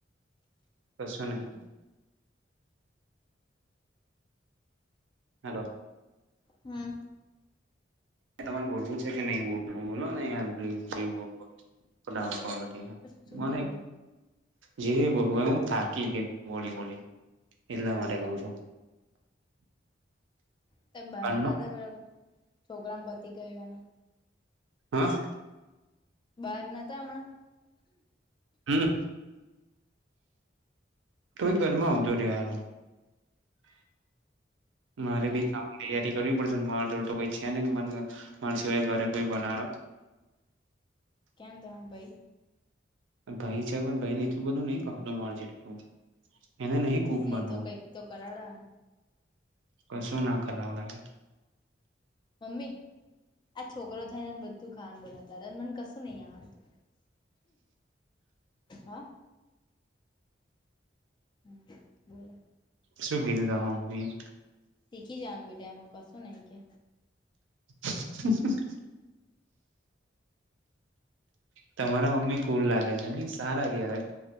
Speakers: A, on the right (about 85°); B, on the left (about 25°).
A: કશું નહી. હલો.
B: હમ.
A: તમારે બોલવું છે કે નહી બોલવું. બોલો ને યાર પ્લીઝ જે બોલવું હોય એ.
B: શું
A: <unintelligible> મન
B: બોલું
A: જે બોલવું હોય એ. હું થાકી ગ્યો. બોલી બોલી એટલા માટે કઉ છું.
B: <unintelligible>
A: કાલનો
B: છોકરાન પતી ગયું એને
A: હા
B: બહાર નતો હમણાં?
A: હમ. તોય ઘરમાં આવતો રહ્યો હારો. મારે
B: કેમ
A: ભી ખા તૈયારી કરવી પડશેને મારો જોડ તો કોઈ છે ને મ મારા સિવાય ઘરે કોઈ બનાવે.
B: કેમ દ ભાઈ
A: ભાઈ છે પણ ભાઈ ને એટલું બધું નહી ફાવતું માર જેટલું એને નહી કુક
B: ન
A: બનવું
B: ઇ તો કઈક તો કરાવડા
A: કશુ ના કરાવડાવે
B: મમ્મી આ છોકરો થાયને બધું ખાન બનાવતા આવડે ને મને કશું નહી આવતું. હા હમ્મ બોલો
A: શું કીધું તા મમ્મી
B: શીખી જવાનું બેટા એમાં કશું નઈ કે.
A: <inaudible> તમારા મમ્મી કુલ લાગે છે ને સારા કેહેવાય